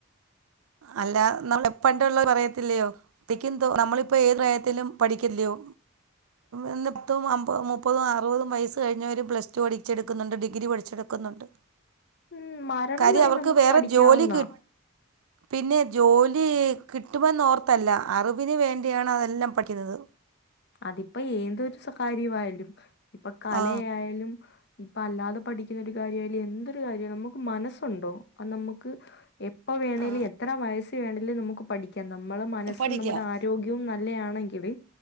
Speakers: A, on the right (about 85°); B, on the left (about 50°).
A: അല്ല നാള പ്പണ്ടള്ള പറയത്തില്ലയോ ത്തിക്കെന്തോ നമ്മളിപ്പോ ഏ പ്രായത്തിലും പഠിക്കല്ലയോ ഇന്ന് <unintelligible> അമ്പത് മുപ്പതും അറുപതും വയസ് കഴിഞ്ഞവര് പ്ലസ് റ്റൂ പടിച്ചെട് ക്കുന്ന്ണ്ട് ഡിഗ്രി പഠിച്ചെടുക്കുന്നുണ്ട്
B: ഉം മരണം
A: കാര്യം
B: വരെ
A: അവർക്ക്
B: നമുക്ക്
A: വേറെ
B: പഠിക്കാവുന്ന
A: ജോലി കി പിന്നെ ജോലി കിട്ടുമെന്നൊർത്തല്ല. അറിവിന് വേണ്ടിയാണ് അതെല്ലാം പഠിക്കുന്നത്
B: അതിപ്പോ ഏതൊരു സ്വ കാര്യവായാലും ഇപ്പൊ കലയായെലും
A: ആ
B: ഇപ്പ അല്ലാതെ പഠിക്ക്ന്ന ഒരു കാര്യായാലും എന്തൊരു കാര്യാ നമുക്ക് മനസ്സുണ്ടോ അത് നമ്ക്ക് എപ്പ വേണേലും
A: ആ
B: എത്ര വയസ് വേണേലും നമുക്ക് പഠിക്കാം നമ്മളെ മനസും
A: പഠിക്കാം
B: നമ്മടെ ആ രോഗ്യവും നല്ലയാണെങ്കില്